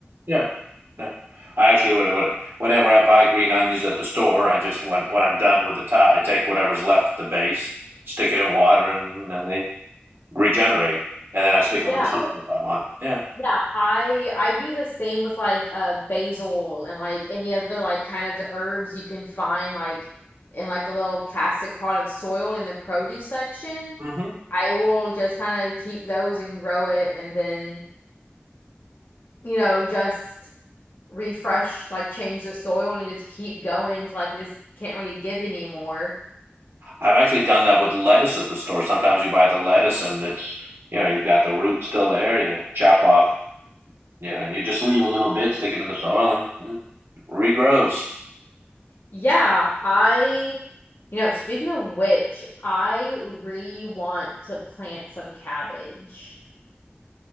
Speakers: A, on the right (about 70°); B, on the left (about 70°).
A: Yeah. Yeah. I actually would, Whenever I buy green onions at the store, I just when when I'm done with the tie, I take whatever's left at the base, stick it in water, and, and they regenerate. And then I stick
B: Yeah,
A: them in the soil if I want. Yeah.
B: yeah. I I do the same with like uh basil and like any other like kind of herbs you can find like in like a little plastic pot of soil in the produce section.
A: hmm
B: I will just kind of keep those and grow it and then, you know, just refresh, like change the soil and just keep going till like it just can't really give anymore.
A: I've actually done that with lettuce at the store. Sometimes you buy the lettuce and it's you know you've got the root still there. You chop off Yeah, you just leave a little bit sticking in the soil and, and regrows.
B: Yeah, I, you know, speaking of which, I really want to plant some cabbage.